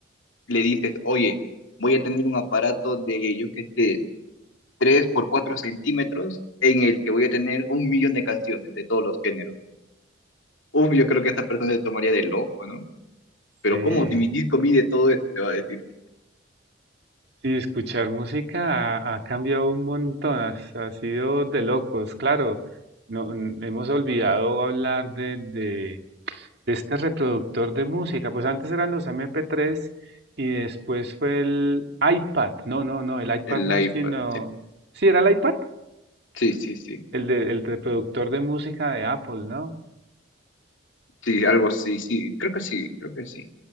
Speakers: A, on the left; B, on the right.
A: le dices, oye, voy a tener un aparato de, yo que sé, 3 por 4 centímetros en el que voy a tener un millón de canciones de todos los géneros. Uf, yo creo que esta persona se tomaría de loco, ¿no? Pero
B: sí.
A: ¿cómo si mi disco mide todo esto? Te va a decir
B: Sí, escuchar música ha, ha cambiado un montón, ha, s- ha sido de locos, claro. No, n- hemos olvidado hablar de, de, de este reproductor de música. Pues antes eran los M P tres y después fue el iPad. No, no, no, el iPad
A: el
B: no,
A: iPad.
B: sino...
A: Sí,
B: Sí, era el iPad,
A: sí, sí, sí.
B: el, de, el reproductor de música de Apple, ¿no?
A: Sí, algo así, sí. Creo que sí, creo que sí.